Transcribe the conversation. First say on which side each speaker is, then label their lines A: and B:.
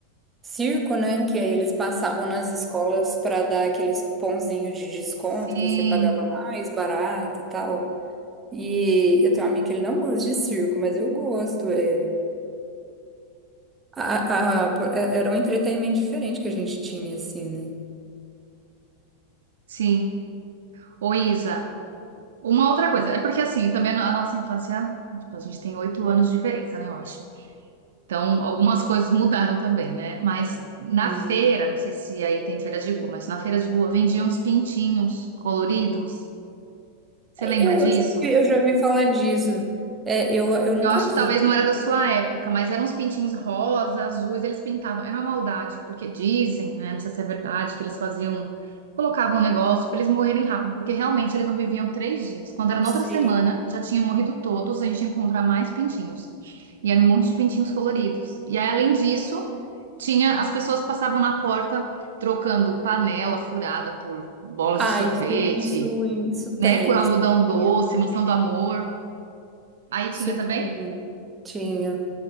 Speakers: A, on the right (about 15°); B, on the right (about 60°).
A: circo, né? Que aí eles passavam nas escolas para dar aqueles cupomzinhos de desconto,
B: Sim,
A: que você pagava mais barato e tal. E eu tenho um amigo que ele não gosta de circo, mas eu gosto. É, a, a- é- era um entretenimento diferente que a gente tinha, assim, né?
B: sim. Ô, Isa, uma outra coisa, é porque assim, também a nossa infância, tipo, a gente tem oito anos de diferença, né, eu acho. Então, algumas coisas mudaram também, né? Mas na
A: Sim.
B: feira, não sei se aí tem feira de rua, mas na feira de rua vendiam uns pintinhos coloridos. Você lembra
A: Eu,
B: disso?
A: eu já vi eu já ouvi falar disso. É, eu, eu nunca
B: Eu acho
A: vi.
B: que talvez não era da sua época, mas eram uns pintinhos rosa, azuis, eles pintavam. Era uma maldade, porque dizem, né? Não sei se é verdade, que eles faziam, colocavam um negócio para eles morrerem rápido, porque realmente eles não viviam três dias. Quando era
A: Sim.
B: na outra semana, já tinham morrido todos, a gente ia comprar mais pintinhos. E era um monte de pintinhos coloridos. E aí, além disso, tinha, as pessoas passavam na porta trocando panela furada por bolas
A: Ah,
B: de sorvete,
A: isso, isso, isso tem.
B: né? Por algodão
A: Isso
B: doce,
A: tinha.
B: mansão do amor. Aí
A: Isso
B: tinha também?
A: tinha. tinha.